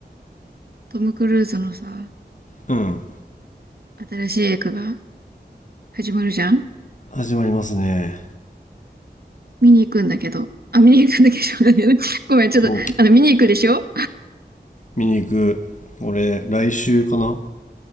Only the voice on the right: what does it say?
トム・クルーズのさ、
新しい映画が始まるじゃん
見に行くんだけど。あ、見に行くんだけど、しょうがないね <laughs> ごめん、ちょっと、
あの、見に行くでしょ